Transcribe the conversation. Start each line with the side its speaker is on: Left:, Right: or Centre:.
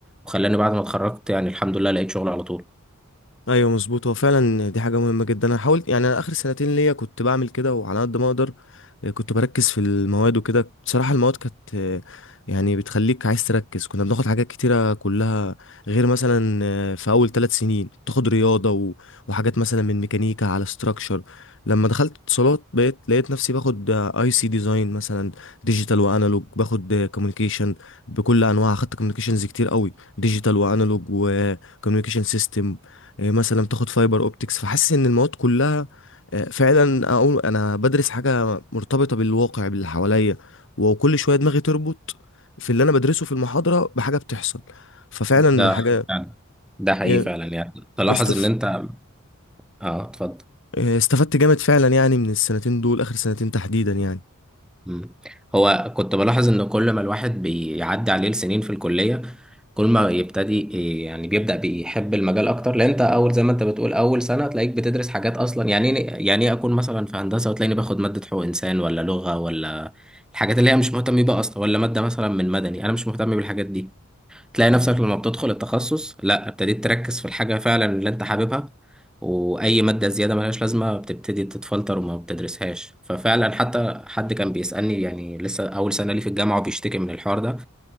Centre: وخلاني بعد ما اتخرجت يعني الحمد لله لقيت شغل على طول
Left: ايوه مظبوط هو فعلا دي حاجه مهمه جدا انا حاولت يعني انا اخر سنتين ليا كنت بعمل كده وعلى قد ما اقدر آه، كنت بركز في المواد وكده بصراحه المواد كانت آه، يعني بتخليك عايز تركز كنا بناخد حاجات كتيره كلها غير مثلا آه، في اول ثلاث سنين تاخد رياضه و- وحاجات مثلا من ميكانيكا على ستراكشر لما دخلت اتصالات بقيت لقيت نفسي باخد اي سي ديزاين مثلا ديجيتال وانالوج باخد كوميونيكيشن بكل انواعها خدت كوميونيكيشنز كتير قوي ديجيتال وانالوج وكوميونيكيشن سيستم آه، مثلا تاخد فايبر اوبتكس فحاسس ان المواد كلها آه، فعلا اقول انا بدرس حاجه مرتبطه بالواقع باللي حواليا وكل شويه دماغي تربط في اللي انا بدرسه في المحاضره بحاجه بتحصل ففعلا
Centre: ده
Left: آه، الحاجه
Centre: فعلا ده حقيقي
Left: آه،
Centre: فعلا يعني تلاحظ
Left: بصراحة استف...
Centre: ان انت اه اتفضل
Left: آه، استفدت جامد فعلا يعني من السنتين دول اخر سنتين تحديدا يعني
Centre: مم. هو كنت بلاحظ ان كل ما الواحد بيعدي عليه السنين في الكلية كل ما يبتدي إيه، يعني بيبدأ بيحب المجال اكتر لان انت اول زي ما انت بتقول اول سنة تلاقيك بتدرس حاجات اصلا يعني إيه- يعني ايه اكون مثلا في هندسة وتلاقيني باخد مادة حقوق انسان ولا لغة ولا الحاجات اللي هي مش مهتم بيها اصلا ولا مادة مثلا من مدني انا مش مهتم بالحاجات دي تلاقي نفسك لما بتدخل التخصص لا ابتديت تركز في الحاجة فعلا اللي انت حاببها وأي مادة زيادة ملهاش لازمة بتبتدي تتفلتر وما بتدرسهاش ففعلا حتى حد كان بيسألني يعني لسه أول سنة لي في الجامعة وبيشتكي من الحوار ده